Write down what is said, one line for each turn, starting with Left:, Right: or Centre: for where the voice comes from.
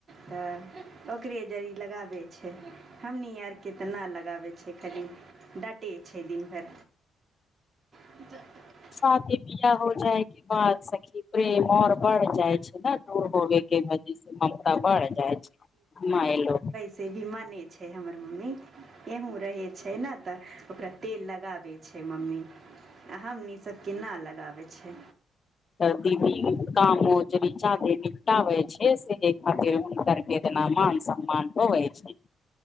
Right: तऽ ओकरे जरी लगाबै छै हमनी आर केँ तऽ नऽ लगाबै छै खाली डाटे छै दिन भर <inaudible>
Left: शादी बियाह हो जाय केँ बाद सखी प्रेम आओर बढ़ जाइ छै ने दूर होवे केँ वादी से ममता बढ़ जाइ छै नय लोक
Right: से भी माने छै हमर मम्मी यहुँ रहे छै नऽ तऽ ओकरा तेल लगाबै छै मम्मी आ हमनी सभ केँ ना लगाबै छै
Left: तऽ दीदी कामो जड़ी जादे निपटाबे छै सेहे खातिर हुनकर केँ जेना मान सम्मान होबे छै